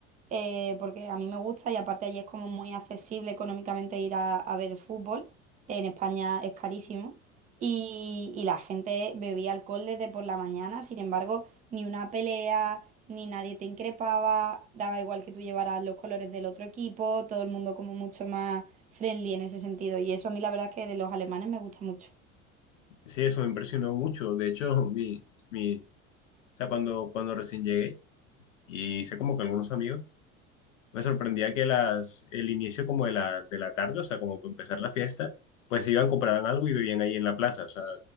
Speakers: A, on the right; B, on the left.
A: eh, porque a mí me gusta y aparte allí es como muy accesible económicamente ir a, a ver fútbol. En España es carísimo. Y, y la gente bebía alcohol desde por la mañana, sin embargo, ni una pelea, ni nadie te increpaba, daba igual que tú llevaras los colores del otro equipo, todo el mundo como mucho más friendly en ese sentido. Y eso a mí la verdad es que de los alemanes me gusta mucho.
B: sí, eso me impresionó mucho. De hecho, mi, mi, o sea, cuando, cuando recién llegué y hice como que algunos amigos, Me sorprendía que las, el inicio como de la, de la tarde, o sea, como para empezar la fiesta, pues iban, compraban algo y bebían ahí en la plaza, o sea,